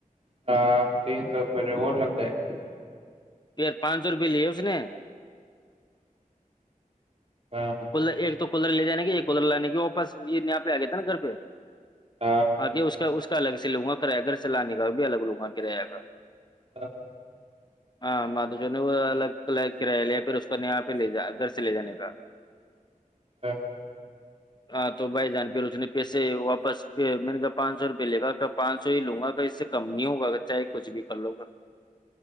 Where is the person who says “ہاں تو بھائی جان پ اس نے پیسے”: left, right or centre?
Left